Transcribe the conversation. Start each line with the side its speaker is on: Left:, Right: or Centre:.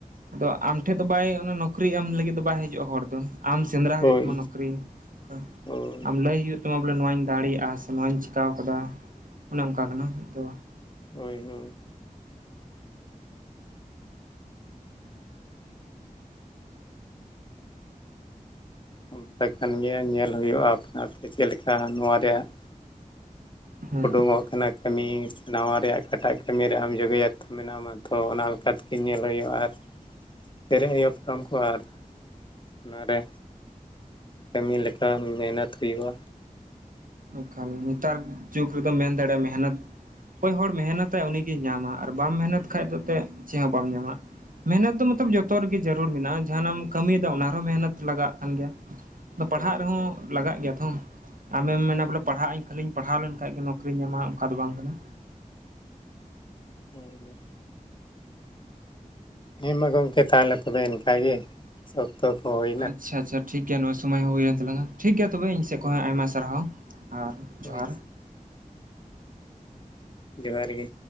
Right: ᱟᱫᱚ ᱟᱢᱴᱷᱮᱫ ᱫᱚ ᱵᱟᱭ ᱚᱱᱟ ᱱᱚᱠᱨᱤ ᱮᱢ ᱞᱟᱹᱜᱤᱫ ᱫᱚ ᱵᱟᱭ ᱦᱤᱡᱩᱜᱼᱟ ᱦᱚᱲ ᱫᱚ ᱟᱢ ᱥᱮᱸᱫᱽᱨᱟ
Left: ᱦᱳᱭ
Right: ᱦᱩᱭᱩᱜ ᱛᱟᱢᱟ ᱱᱚᱠᱨᱤ ᱚᱱᱠᱟ
Left: ᱦᱳᱭ
Right: ᱟᱢ ᱞᱟᱹᱭ ᱦᱳᱭᱳᱜ ᱛ ᱢᱟ ᱵᱚᱞᱮ ᱱᱚᱣᱟᱧ ᱫᱟᱲᱮᱭᱟᱜᱼᱟ ᱥᱮ ᱱᱚᱣᱟᱧ ᱪᱮᱠᱟᱹᱣ ᱟᱠᱟᱫᱟ ᱚᱱᱮ ᱚᱱᱠᱟ ᱠᱟᱱᱟ ᱫᱚ
Left: ᱦᱳᱭ ᱦᱳᱭ ᱚᱱᱠᱟ ᱠᱟᱭ ᱠᱟᱱ ᱜᱮᱭᱟ ᱧᱮᱞ ᱦᱩᱭᱩᱜᱼᱟ ᱟᱯᱱᱟᱨ ᱛᱮ ᱪᱮᱫ ᱞᱮᱠᱟ ᱱᱚᱣᱟ ᱨᱮᱭᱟᱜ
Right: ᱦᱩᱸ
Left: ᱩᱰᱩᱝᱚᱜ
Right: ᱦᱩᱸ
Left: ᱠᱟᱱᱟ ᱠᱟᱹᱢᱤ ᱱᱟᱣᱟ ᱨᱮᱭᱟᱜ ᱚᱠᱟᱴᱟᱜ ᱠᱟᱹᱢᱤ ᱨᱮ ᱟᱢ ᱡᱚᱜᱮᱭᱟᱛᱛᱚ ᱢᱮᱱᱟᱢᱟ ᱛᱚ ᱚᱱᱟ ᱞᱮᱠᱟ ᱞᱮᱠᱟ ᱛᱮᱜᱮ ᱧᱮᱞ ᱦᱩᱭᱩᱜᱼᱟ ᱟᱨ ᱯᱮᱨᱮᱡ <inaudible> ᱚᱱᱟᱨᱮ ᱠᱟᱹᱢᱤ ᱞᱮᱠᱟ ᱢᱮᱦᱱᱚᱛ ᱦᱩᱭᱩᱜᱼᱟ
Right: ᱮᱠᱷᱟᱱ ᱱᱮᱛᱟᱨ ᱡᱩᱜᱽ ᱨᱮᱫ ᱢᱮᱱ ᱫᱟᱲᱮᱭᱟᱜᱼᱟ ᱢᱮᱦᱱᱚᱛ ᱚᱠᱚᱭ ᱦᱚᱲ ᱢᱮᱦᱱᱚᱛᱟᱭ ᱩᱱᱤᱜᱮᱭ ᱧᱟᱢᱟ ᱟᱨ ᱵᱟᱢ ᱢᱮᱦᱱᱚᱛ ᱠᱷᱟᱡ ᱫᱚ ᱪᱮᱫ ᱦᱚᱸ ᱵᱟᱢ ᱧᱟᱢᱟ ᱢᱮᱦᱱᱚᱫ ᱫᱚ ᱢᱚᱛᱞᱚᱵ ᱡᱚᱛᱚ ᱨᱮᱜᱮ ᱡᱟᱹᱨᱩᱲ ᱢᱮᱱᱟᱜᱼᱟ ᱡᱟᱦᱟᱸᱱᱟᱜ ᱮᱢ ᱠᱟᱹᱢᱤᱭᱮᱫᱟ ᱚᱱᱟ ᱨᱮᱦᱚᱸ ᱢᱮᱦᱱᱚᱛ ᱞᱟᱜᱟᱜ ᱠᱟᱱ ᱜᱮᱭᱟ᱾ ᱟᱫᱚ ᱯᱟᱲᱦᱟᱜ
Left: ᱦᱳᱭ
Right: ᱨᱮᱦᱚᱸ
Left: ᱦᱳᱭ
Right: ᱞᱟᱜᱟᱜ ᱜᱮᱭᱟ ᱛᱚ᱾ ᱟᱢᱮᱢ ᱢᱮᱱᱟ ᱵᱚᱞᱮ ᱯᱟᱲᱦᱟᱜᱼᱟᱧ ᱠᱷᱟᱹᱞᱤᱧ ᱯᱟᱲᱦᱟᱣ ᱞᱮᱱᱠᱷᱟᱱ ᱜᱮ ᱱᱚᱠᱨᱤᱧ ᱧᱟᱢᱟ ᱚᱱᱠᱟ ᱫᱚ ᱵᱟᱝ ᱠᱟᱱᱟ᱾
Left: ᱦᱳᱭ ᱦᱳᱭ ᱦᱮᱸ ᱢᱟ ᱜᱚᱝᱠᱮ ᱛᱟᱦᱚᱞᱮ ᱛᱚᱵᱮ ᱤᱱᱠᱟ ᱜᱮ ᱚᱠᱛᱚ ᱦᱩᱭ
Right: ᱟᱪᱪᱷᱟ ᱟᱪᱪᱷᱟ ᱴᱷᱤᱠ ᱜᱮᱭᱟ ᱱᱚᱣᱟ ᱥᱚᱢᱚᱭ ᱦᱚᱸ ᱦᱩᱭ ᱮᱱ ᱛᱟᱞᱟᱝᱟ ᱴᱷᱤᱠ ᱜᱮᱭᱟ ᱛᱚᱵᱮ ᱤᱧ ᱥᱮᱫ
Left: ᱦᱳᱭ
Right: ᱠᱷᱚᱱ ᱟᱭᱢᱟ
Left: ᱦᱳᱭ
Right: ᱥᱟᱨᱦᱟᱣ ᱟᱨ
Left: ᱦᱳᱭ
Right: ᱡᱚᱦᱟᱨ
Left: ᱡᱚᱦᱟᱨ ᱜᱮ